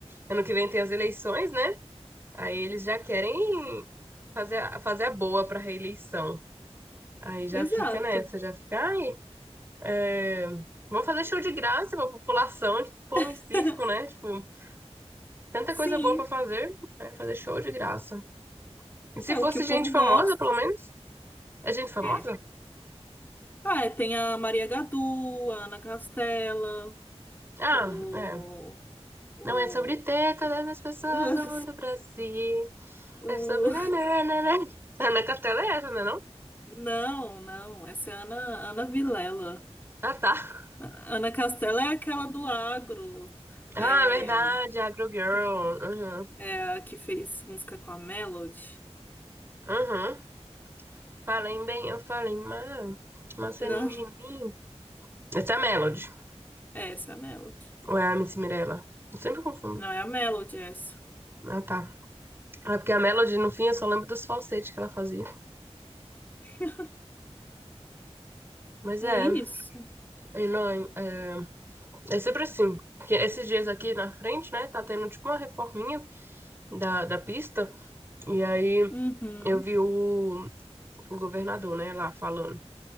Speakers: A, on the right; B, on the left.
A: ano que vem tem as eleições, né? Aí eles já querem fazer a, fazer a boa pra reeleição. Aí já
B: Exato.
A: fica nessa, já fica, ai, é, vamos fazer show de graça pra população, tipo, pão
B: <laughs>
A: e circo, né? Tipo, tanta
B: Sim,
A: coisa boa pra fazer, é fazer show de graça. E se
B: é
A: fosse
B: o que o
A: gente
B: povo
A: famosa,
B: gosta.
A: pelo menos? É gente famosa?
B: É. Ah, é, tem a Maria Gadu, a Ana Castela,
A: Ah,
B: o,
A: é.
B: o...
A: Não é sobre teta das pessoas
B: <laughs>
A: do mundo pra si.
B: O...
A: É sobre. nananana. <laughs> A Necatela é essa, não é não?
B: Não, não, essa é a Ana, Ana Vilela.
A: Ah, tá.
B: A- Ana Castela é aquela do agro,
A: Ah,
B: é,
A: é verdade, Agro Girl.
B: que,
A: Uhum.
B: é a que fez música com a Melody.
A: Uhum. Falei bem, eu falei mal. Mas
B: Não,
A: é lindo de mim. Essa é a Melody.
B: é essa é a Melody.
A: Ou é a Miss Mirella? Eu sempre confundo.
B: Não é a Melody essa.
A: Ah, tá. É porque a Melody, no fim, eu só lembro dos falsetes que ela fazia.
B: <laughs>
A: Mas
B: É
A: é,
B: isso.
A: e não, é, é sempre assim. Que esses dias aqui na frente, né, tá tendo tipo uma reforminha da, da pista. E aí
B: Uhum.
A: eu vi o, o governador, né, lá falando.